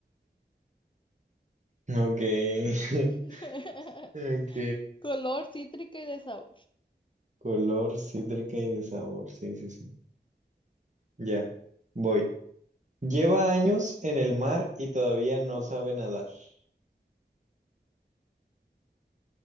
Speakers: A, on the right (about 40°); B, on the left (about 30°).
A: Ok. <laughs>
B: <laughs>
A: Ok.
B: Color cítrica y de sabor.
A: Color, cítrica y de sabor. Sí, sí, sí. Ya. Voy. Lleva años en el mar y todavía no sabe nadar. <laughs>